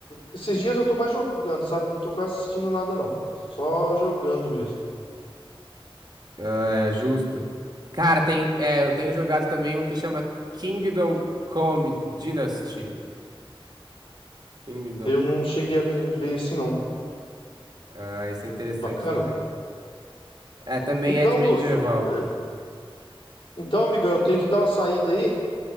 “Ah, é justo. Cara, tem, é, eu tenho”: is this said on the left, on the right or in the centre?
Right